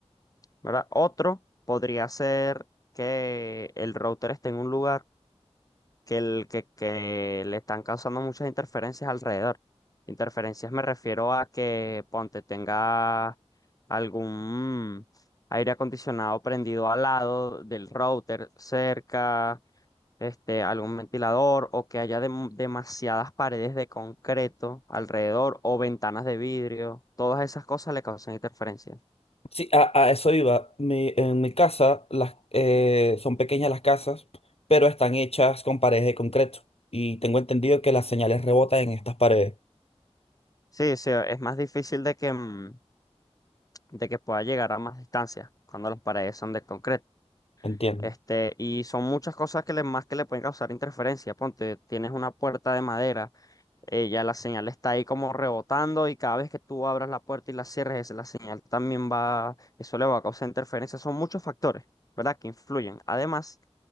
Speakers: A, on the left (about 30°); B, on the left (about 65°).
A: ¿verdad? Otro podría ser que el router esté en un lugar. que, el, que, que le están causando muchas interferencias alrededor. Interferencias me refiero a que, ponte, tenga algún aire acondicionado prendido al lado del router cerca, este, algún ventilador o que haya dem- demasiadas paredes de concreto alrededor o ventanas de vidrio. Todas esas cosas le causan interferencia.
B: sí, a, a eso iba. Mi- en mi casa las, eh, son pequeñas las casas, pero están hechas con paredes de concreto. Y tengo entendido que las señales rebotan en estas paredes.
A: Sí, sí, es más difícil de que, mm, de que pueda llegar a más distancia cuando las paredes son de concreto.
B: Entiendo.
A: Este, y son muchas cosas que le, más que le pueden causar interferencia. Ponte, tienes una puerta de madera, eh, ya la señal está ahí como rebotando y cada vez que tú abras la puerta y la cierres, la señal también va, eso le va a causar interferencia. Son muchos factores, ¿verdad? Que influyen. Además